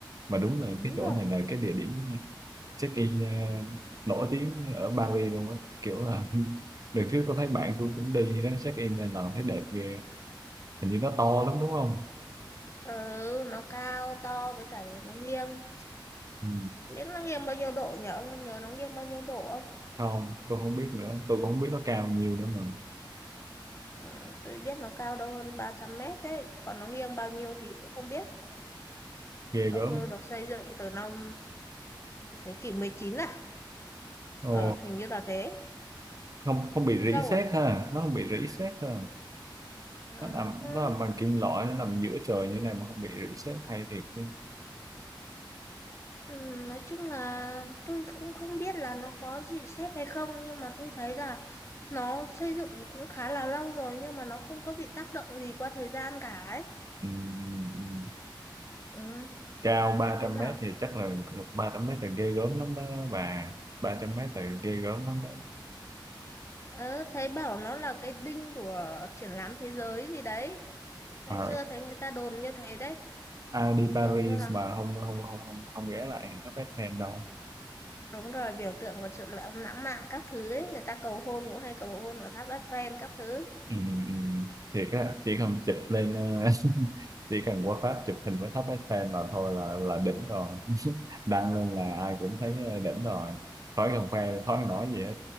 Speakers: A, on the right (about 45°); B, on the left (about 35°).
A: mà đúng là
B: Đúng
A: cái chỗ
B: rồi.
A: này là cái địa điểm check in ờ, nổi tiếng ở Paris luôn á kiểu là <laughs> đợt trước tôi thấy bạn tôi cũng đi đó check in là thấy đẹp ghê hình như nó to lắm đúng không
B: Ừ, nó cao to với cả nó nghiêng.
A: Ừ.
B: Biết nó nghiêng bao nhiêu độ nhỉ? Ông có nhớ nó nghiêng bao nhiêu độ không?
A: Không, tôi không biết nữa. Tôi cũng không biết nó cao nhiều nữa mà.
B: Ừ, tôi biết nó cao đâu hơn 300 mét đấy. Còn nó nghiêng bao nhiêu thì cũng không biết.
A: Ghê
B: Đâu
A: gớm.
B: như được xây dựng từ năm thế kỷ 19 à?
A: Ồ,
B: Ờ, hình như là thế.
A: không không bị rỉ
B: Lâu
A: sét
B: à?
A: ha. Nó không bị rỉ sét ha.
B: Ừ.
A: Nó nằm nó nằm bằng kim loại, nó nằm giữa trời như này mà không bị rỉ sét hay thiệt chứ.
B: Ừ, nói chung là tôi cũng không biết là nó có gì xét hay không nhưng mà tôi thấy là nó xây dựng cũng khá là lâu rồi nhưng mà nó không có bị tác động gì qua thời gian cả ấy.
A: Ừ. ừ, ừ.
B: Ừ,
A: Cao 300
B: thấy bảo.
A: mét thì chắc là 300 mét là ghê gớm lắm đó bà. ba trăm mét là ghê gớm lắm đó.
B: Ờ, thấy bảo nó là cái đinh của triển lãm thế giới gì đấy. Ngày
A: Ờ,
B: xưa thấy người ta đồn như thế đấy.
A: Ai đi Paris
B: Kiểu như là
A: mà không không không không, không ghé lại tháp Eiffel đâu.
B: đúng rồi biểu tượng của sự lãng lãng mạn các thứ ấy. Người ta cầu hôn cũng hay cầu hôn ở tháp Eiffel các thứ.
A: ừ, ừ. ừ. thiệt á chỉ cần chụp lên ờ, <laughs> chỉ cần qua Pháp chụp hình với tháp Eiffel là thôi là là đỉnh rồi <laughs> đăng lên là ai cũng thấy ờ, đỉnh rồi khỏi cần khoe khỏi cần nói gì hết